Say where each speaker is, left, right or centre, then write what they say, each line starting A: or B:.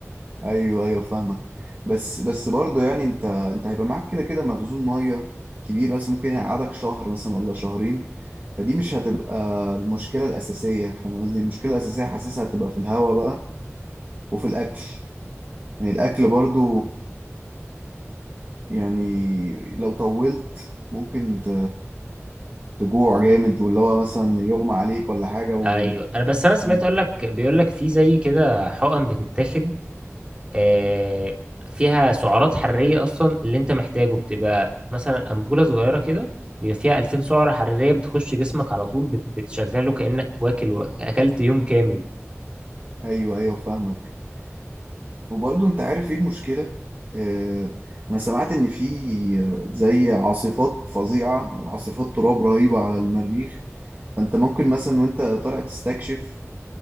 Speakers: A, on the right; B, on the right.
A: ايوه ايوه فاهمك بس بس برضه يعني انت انت هيبقى معاك كده كده مخزون ميه كبير بس ممكن يقعدك شهر مثلا ولا شهرين فدي مش هتبقى المشكله الاساسيه فاهم قصدي المشكله الاساسيه حاسسها هتبقى في الهواء بقى وفي الاكل يعني الاكل برضه يعني لو طولت ممكن ت- تجوع جامد واللي هو مثلا يغمى عليك ولا حاجه و...
B: ايوه انا بس انا سمعت
A: و...
B: اقول لك بيقول لك في زي كده حقن بتتاخد آه، فيها سعرات حراريه اصلا اللي انت محتاجه بتبقى مثلا انبوله صغيره كده بيبقى فيها 2000 سعره حراريه بتخش جسمك على طول بت- بتشغله كانك واكل و- اكلت يوم كامل
A: ايوه ايوه فاهمك وبرضه انت عارف ايه المشكلة؟ آه انا سمعت ان في آه، زي عاصفات فظيعة عاصفات تراب رهيبة على المريخ فانت ممكن مثلا وانت طالع تستكشف